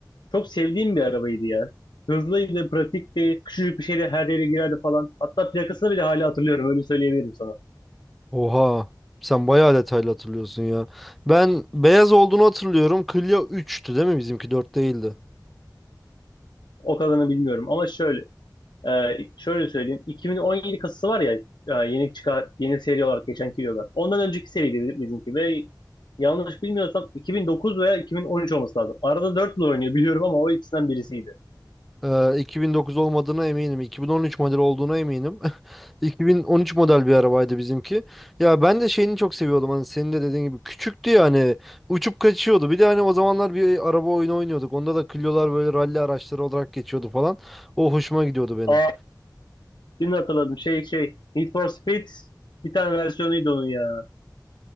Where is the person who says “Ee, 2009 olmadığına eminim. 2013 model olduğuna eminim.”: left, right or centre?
Centre